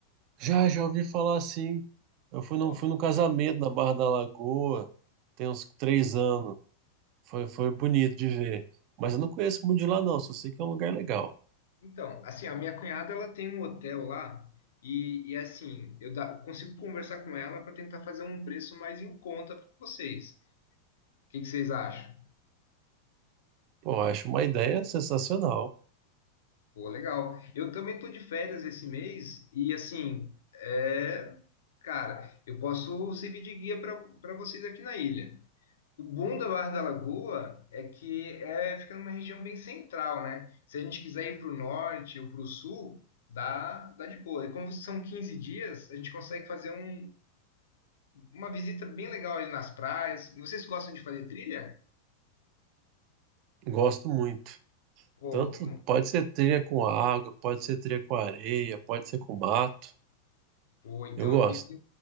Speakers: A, on the right; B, on the left.
A: Já, já ouvi falar assim. Eu fui num,
B: Ó,
A: fui num casamento na Barra da Lagoa, tem uns três anos. Foi, foi bonito de ver. Mas eu não conheço muito de lá, não, só sei que é um lugar legal.
B: então, assim, a minha cunhada, ela tem um hotel lá e, e assim, eu dá- consigo conversar com ela para tentar fazer um preço mais em conta para vocês. que que vocês acham?
A: Pô, eu acho uma ideia sensacional.
B: Pô, legal. Eu também tô de férias esse mês e assim, é, cara, eu posso servir de guia para para vocês aqui na ilha. O bom da Barra da Lagoa é que é fica numa região bem central, né? Se a gente quiser ir para o norte ou para o sul, dá dá de boa. E como são 15 dias, a gente consegue fazer um, uma visita bem legal ali nas praias. Vocês gostam de fazer trilha?
A: Gosto muito.
B: Pô,
A: Tanto pode ser trilha com água, pode ser trilha com areia, pode ser com mato.
B: Pô, então
A: Eu gosto.
B: eu tenho,